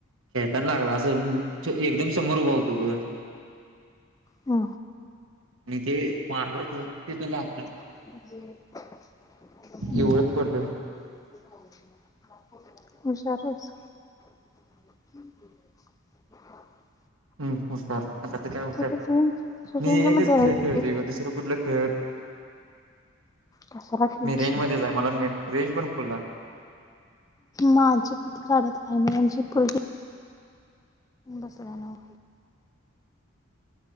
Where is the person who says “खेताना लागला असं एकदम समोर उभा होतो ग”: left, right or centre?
Right